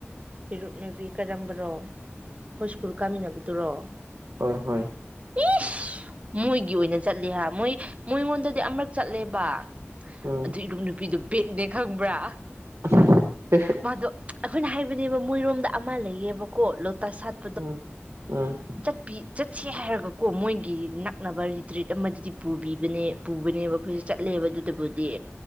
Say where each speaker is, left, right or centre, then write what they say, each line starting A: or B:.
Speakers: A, on the right (about 30°); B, on the right (about 80°).
A: ꯄꯤꯔꯨꯛ ꯅꯨꯄꯤ ꯀꯔꯝꯕꯔꯣ ꯑꯩꯈꯣꯏ ꯁ꯭ꯀꯨꯜ ꯀꯥꯃꯤꯟꯅꯕꯗꯨꯔꯣ
B: ꯍꯣꯏ ꯍꯣꯏ
A: ꯏꯁ ꯃꯣꯏꯒꯤ ꯑꯣꯏꯅ ꯆꯠꯂꯤ ꯍꯥ ꯃꯣꯏ ꯃꯣꯏꯉꯣꯟꯗꯗꯤ ꯑꯃꯔꯛ ꯆꯠꯂꯦꯕ
B: ꯎꯝ
A: ꯑꯗꯨ ꯏꯔꯨꯞ ꯅꯨꯄꯤꯗꯨ ꯕꯦꯠꯅꯦ ꯈꯪꯕ꯭ꯔꯥ
B: <unintelligible>
A: ꯃꯥꯗꯣ ꯑꯩꯈꯣꯏꯅ ꯍꯥꯏꯕꯅꯦꯕ ꯃꯣꯏꯔꯣꯝꯗ ꯑꯃ ꯂꯩꯌꯦꯕꯀꯣ ꯂꯣꯇꯁ ꯁꯥꯠ
B: ꯎꯝ ꯎꯝ
A: ꯆꯠꯄꯤ ꯆꯠꯁꯦ ꯍꯥꯏꯔꯒꯀꯣ ꯃꯣꯏꯒꯤ ꯅꯛꯅꯕ ꯔꯤꯇ꯭ꯔꯤꯠ ꯑꯃꯗꯗꯤ ꯄꯨꯕꯤꯕꯅꯦ ꯄꯨꯕꯅꯦꯕ ꯑꯩꯈꯣꯏꯖꯨ ꯆꯠꯂꯦꯕ ꯑꯗꯨꯗꯕꯨꯗꯤ